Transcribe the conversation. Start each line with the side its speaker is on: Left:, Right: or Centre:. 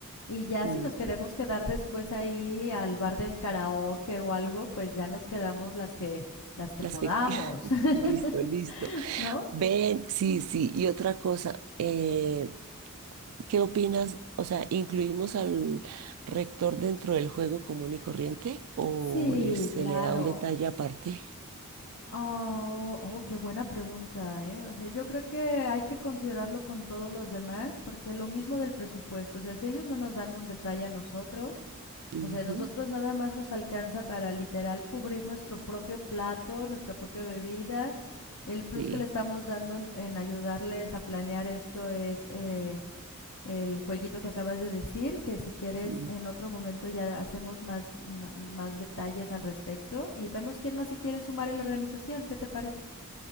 Left: y ya
Right: Mm,
Left: si nos queremos quedar después ahí al bar del karaoke o algo, pues ya nos quedamos las que, las que
Right: Las
Left: podamos,
Right: que... <laughs>
Left: <laughs>
Right: Listo, listo.
Left: ¿no?
Right: Ven, sí, sí. Y otra cosa, eh, ¿Qué opinas? O sea, ¿incluimos al rector dentro del juego común y corriente o
Left: Sí,
Right: les, se
Left: claro.
Right: le da un detalle aparte?
Left: Oh, oh, qué buena pregunta, ¿eh? O sea, yo creo que hay que considerarlo con todos los demás, porque lo mismo del presupuesto, o sea, si ellos no nos dan un detalle a nosotros,
Right: Ujú,
Left: o sea, nosotros nada más nos alcanza para literal cubrir nuestro propio plato, nuestra propia bebida, el plus
Right: Sí.
Left: que le estamos dando en, en ayudarles a planear esto es... eh, el jueguito que acabas de decir, que si quieres
Right: mm.
Left: en otro momento ya hacemos más, ma- más detalles al respecto y vemos quién más se quiere sumar en la organización. ¿Qué te parece?